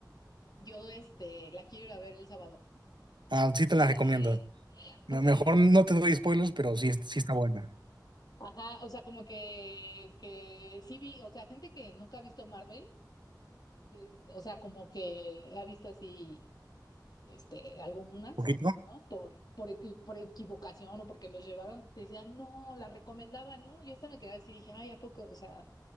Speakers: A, on the left; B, on the right.
A: yo, este, la quiero ir a ver el sábado.
B: Ah, sí
A: Porque
B: te la recomiendo. Me-
A: porque,
B: Mejor no te doy spoilers, pero sí, sí está buena.
A: ajá, o sea, como que, que sí vi, o sea, gente que nunca ha visto Marvel des- o sea, como que ha visto así, este, algunas,
B: ¿Poquito?
A: ¿no? Por, por, equi- por equivocación o porque los llevaron, decían, no, las recomendaban, ¿no? Yo hasta me quedaba así, dije, ay, ¿a poco? O sea,